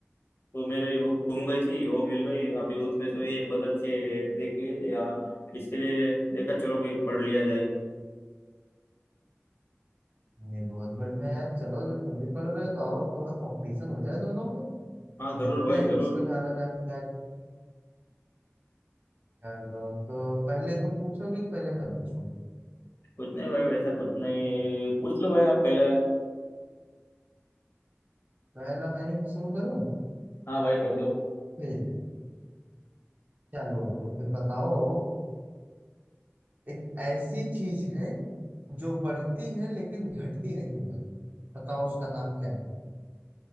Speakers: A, on the left (about 55°); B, on the right (about 40°).
A: तो मेरी बुक गुम गई थी वो मिल गई अभी उसमें तो ये पजल से देख लिए थे यार इसके लिए देखा चलो भाई पढ़ लिया जाए
B: ये बहुत बढ़िया यार चलो जब तुम भी पढ़ रहे हो तो और थोड़ा कंपटीशन हो जाए दोनों में
A: हाँ जरूर
B: देखते
A: भाई
B: हैं
A: जरूर
B: किसको ज्यादा जानकारी चलो तो पहले तुम पूछोगे कि पहले मैं पूछूं
A: कुछ नहीं भाई वैसा कुछ नहीं पूछ लो भाई आप पहले
B: पहला मैं ही शुरू करूं
A: हाँ भाई कर दो
B: ठीक है चलो तो फिर बताओ एक ऐसी चीज है जो बढ़ती है लेकिन घटती नहीं है बताओ उसका नाम क्या है